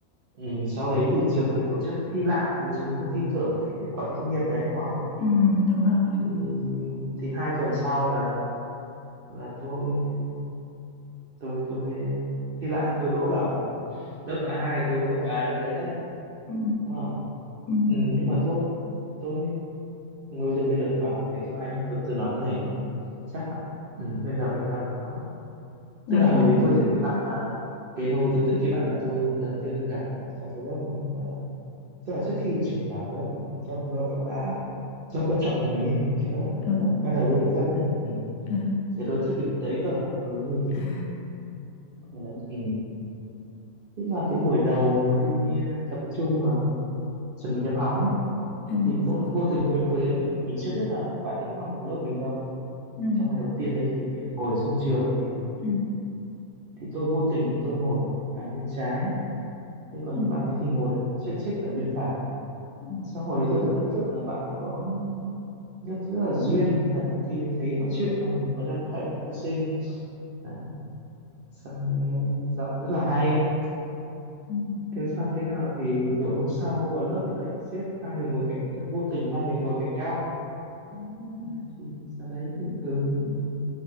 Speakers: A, on the right; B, on the left.
A: ừ, sau đấy thì trường mình tổ chức thi lại tại vì trường mình không tin tưởng cái kết quả thi tốt nghiệp đấy đúng không
B: ừ, đúng rồi.
A: thì thì thì hai tuần sau là là tôi tôi tôi thi lại thì tôi đỗ vào lớp a hai thì tôi mới gặp bà trong đấy đấy
B: Ừ,
A: đúng không
B: ừ.
A: ừ, nhưng mà tôi tôi bây giờ bây giờ báo mà kể cho ai nhé tôi tôi nói cái này chắc là ừ, bây giờ mới dám nói
B: Nói
A: tức là
B: đi,
A: hồi
B: nói
A: đấy
B: đi,
A: tôi
B: nói
A: thích
B: đi.
A: cái bạn mà cái hồi tôi thích cái bạn mà tôi lần đầu tiên tôi gặp ở trong cái lớp ừ, mà, tức là trước khi chuyển vào cái lớp ừ, lớp lớp lớp A, lớp lớp chọn của mình ấy cái lớp, lớp,
B: Ừ,
A: lớp bắt đầu tôi được phân ấy ừ.
B: ừ.
A: thì tôi thích cái bạn đấy cơ ừ.
B: À,
A: Mà đấy, ừ. tức là cái buổi đầu mà đi ờ, tập trung mà chuẩn bị nhập học ấy
B: ừ,
A: thì vô,
B: rồi.
A: vô tình hồi hồi đấy mình mình chưa biết là bạn ấy cũng học cùng lớp mình đâu
B: Ừ,
A: trong ngày đầu tiên đấy thì ngồi ở sân trường thì
B: ừ,
A: thì tôi vô tình tôi ngồi ở hàng bên trái thế còn
B: ừ,
A: cái bạn ấy thì ngồi chếch chếch ở bên phải
B: ừ.
A: sau hồi đấy tôi rất ấn tượng là bạn ấy có rất rất là duyên Tức là khi thấy nói chuyện là mình có răng khểnh rất là xinh đấy xong ừ, giọng rất là hay
B: ừ.
A: thế xong thế nào thì buổi hôm sau vào lớp thì lại xếp hai người ngồi cạnh thì vô tình hai người ngồi cạnh nhau
B: Ừ,
A: Đấy, thì sau đấy thì ừ mình